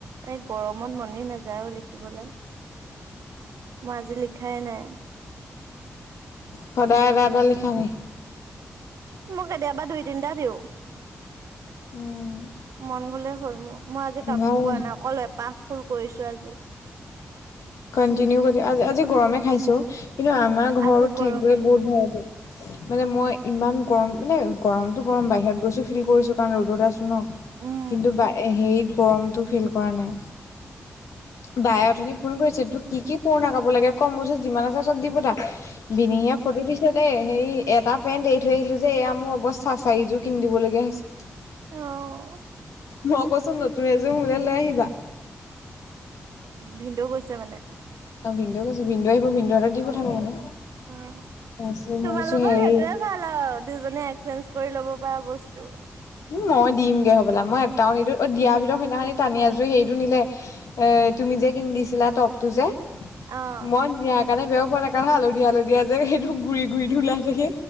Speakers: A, on the right; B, on the left.
A: এই গৰমত মনি নাযায়ও লিখিবলৈ মই আজি লিখাই নাই
B: সদায়টাাদটা লিখ নী
A: মোক কেতিয়াবা দুই তিনটা দিওঁ
B: উম,
A: মন গলে হ'ল মোৰ মই আজি কাপোৰ
B: ভাল
A: কোৱা নাই অক এপাহ ফুল কৰিছো আজি
B: কন্টিনিউ কৰি আজ আজি গৰমে খাইছো কিন্তু আমাৰ ঘৰতো
A: আজি গৰমে
B: থাকিবই বহুত ভালটো মানে মই ইমান গৰম মানে গৰমটো গৰম বাহিৰত গৈছো ফিল কৰিছোঁ কাৰণ ৰ'দত আছোঁ ন'।
A: উম,
B: কিন্তু বা এ, হেৰিত গৰমতটো ফিল কৰা নাই। বাই অথনি ফোন কৰিছে তোক কি কি পুৰণা কাপোৰ লাগে কম বস্তু যিমান আছে চব দি পতা। বিনিয়ত ফটো দিছে দে। হেৰি এটা পেণ্ট এৰি থৈ আহিলো যে এয়া মোৰ অৱস্থা চাৰিজো কিনদিব লগীয়া হৈছে।
A: অ'।
B: মই কচোন নতুন এযোৰ মোলে লৈ আহিবা।
A: ভিন্দেও গৈছে মানে?
B: ভিনদৈ গৈছে ভিনদৈ আহিব ভিনদৰ হাতত দি পথাবা মানে।
A: অ',
B: তাৰপিছত মই
A: তোমালোকৰ
B: কৈছো হেৰি
A: সেইটোয়ে ভাল আৰু দুজনে চেন্স কৰি ল'ব পাৰা বস্তু।
B: মই দিমগে হ'বলা মই এটাও নিদিওঁ। অ', দিয়া ভিতৰত সেইদিনাখিনি টানি আজুৰি সেইটো নিলে। এ, তুমি যে কিনদিছিলা টপটো যে
A: অ'।
B: মই নিয়া কাৰেনে যেও কাঢ়া কাঢ়া হালধীয়া হালধীয়া যে সেইটো গুৰি গুৰি ধুলাই থাকে।